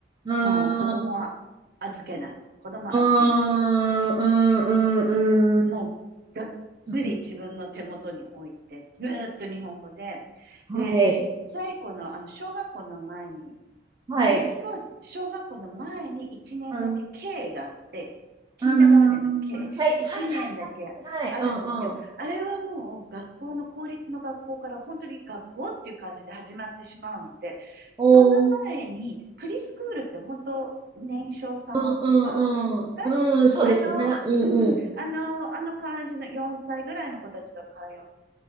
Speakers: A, on the right; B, on the right.
A: う
B: もう子供は預けない。子供は預けない。
A: ん、うん、うん。うん
B: もうがっつり自分の手元に置いて、
A: そっか
B: ずーっと日本語で、
A: はい、
B: で、ちっちゃい子の、あの、小学校の前に
A: はい。
B: アメリカは小学校の前に1年だけ
A: うん、
B: K があって、キンダーガーデンの
A: うん。
B: K、
A: はい、はい、はい、
B: 1年だけあるんですけど、
A: はい、はい。うん、うん。
B: あれはもう学校の公立の学校から本当に学校っていう感じで始まってしまうので、
A: おー。
B: その前にプリスクールって本当年少さんとかが、
A: うんうんうん。うん、そうですね。
B: あの、
A: うんうん。
B: うんうん、あの、あの感じの4歳ぐらいの子たちが通う